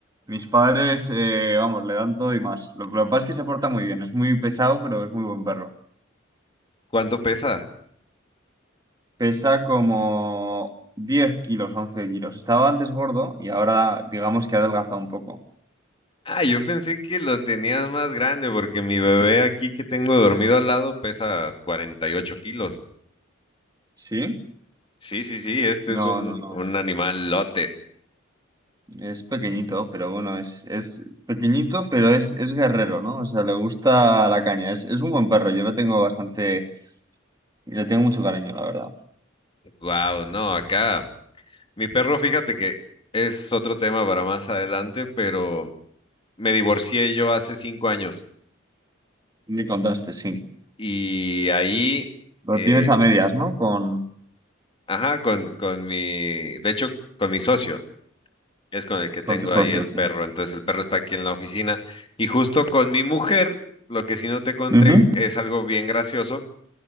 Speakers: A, on the right (about 20°); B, on the left (about 25°).
A: mis padres, eh, vamos, le dan todo y más. Lo, lo que pasa es que se porta muy bien, es muy pesado, pero es muy buen perro.
B: ¿Cuánto pesa?
A: Pesa como 10 kilos, 11 kilos. Estaba antes gordo y ahora digamos que ha adelgazado un poco.
B: Ah, yo pensé que lo tenías más grande porque mi bebé aquí que tengo dormido al lado pesa 48 kilos.
A: ¿Sí?
B: Sí, sí, sí, este
A: No,
B: es un,
A: no, no.
B: un animal lote.
A: Es pequeñito, pero bueno, es, es pequeñito, pero es, es guerrero, ¿no? O sea, le gusta la caña. Es, es un buen perro, yo lo tengo bastante Y le tengo mucho cariño, la verdad.
B: Wow, no, acá. Mi perro, fíjate que ese es otro tema para más adelante, pero me divorcié yo hace cinco años
A: Me contaste, sí.
B: y ahí,
A: Lo
B: eh,
A: tienes a medias, ¿no? Con,
B: ajá, con, con mi, de hecho, con mi socio, es con el que tengo
A: con tus socios,
B: ahí el perro,
A: sí.
B: entonces el perro está aquí en la oficina y justo con mi mujer, lo que sí no te conté
A: Ujú,
B: es algo bien gracioso,